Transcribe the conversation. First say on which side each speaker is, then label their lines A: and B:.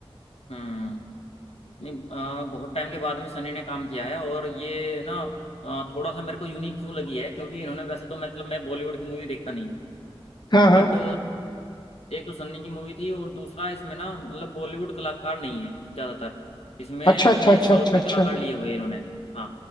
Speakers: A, on the left; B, on the left.
A: हम्म नहीं अ, बहुत टाइम के बाद में सनी ने काम किया है और ये ना अ, थोड़ा सा मेरे को यूनिक क्यों लगी है क्योंकि इन्होंने वैसे तो मतलब मैं बॉलीवुड की मूवी देखता नहीं
B: हाँ हाँ
A: बट एक तो सन्नी की मूवी थी और दूसरा इसमें ना मतलब बॉलीवुड कलाकार नहीं है ज्यादातर इसमें
B: अच्छा अच्छा
A: ये
B: अच्छा
A: साउथ
B: अच्छा
A: के
B: अच्छा
A: कलाकार लिए हुए हैं इन्होंने हाँ